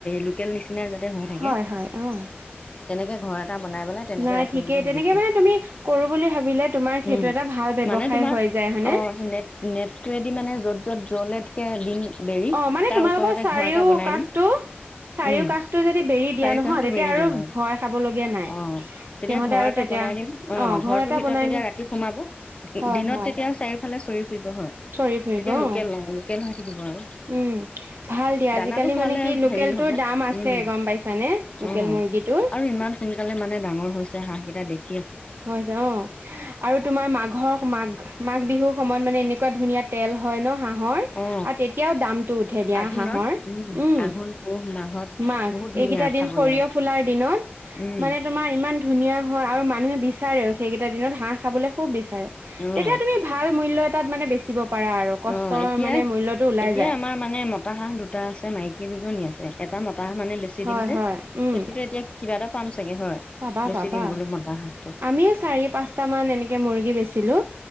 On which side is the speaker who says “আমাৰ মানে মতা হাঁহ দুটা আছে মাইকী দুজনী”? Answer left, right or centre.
Left